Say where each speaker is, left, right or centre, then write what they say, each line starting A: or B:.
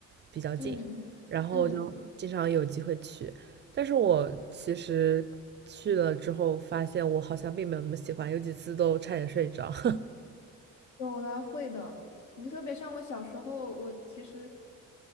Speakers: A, on the right; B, on the left.
A: 比较近，
B: 嗯嗯嗯，
A: 然后就经常有机会去，
B: 嗯，
A: 但是我其实去了之后发现我好像并没有那么喜欢，有几次都差点睡着。<laughs>
B: 有啦，会的。你特别像我小时候，我其实